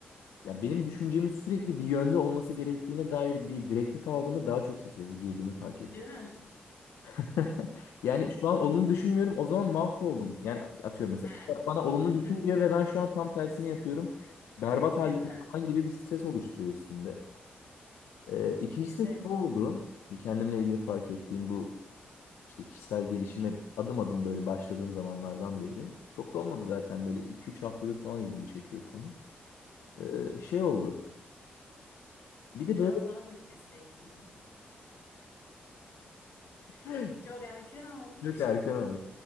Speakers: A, on the left; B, on the left.
A: ya benim düşüncemin sürekli bir yönde olması gerektiğine dair bir direktif aldığımda daha çok strese girdiğimi fark ettim.
B: Değil mi?
A: <laughs> Yani şu an olumlu düşünmüyorum. O zaman mahvoldum. Yani atıyorum mesela
B: <laughs> He.
A: kitap bana olumlu düşün
B: <laughs>
A: diyor ve ben şu an tam tersini yapıyorum. Berbat
B: Değil
A: haldeyim
B: mi?
A: falan gibi bir stres oluşturuyor üstümde. Ee, ikincisi
B: Evet.
A: de şu oldu. Bir kendimle ilgili fark ettiğim bu işte kişisel gelişime adım adım böyle başladığım zamanlardan beri. Çok da olmadı zaten böyle iki üç haftadır falan ilgimi çekiyor konu.
B: Hı hı.
A: Ee, şey oldu. Bir de
B: Biraz
A: böyle
B: daha bekleseydin.
A: <laughs>
B: <laughs> Çok erken olmuş.
A: çok erken oldu.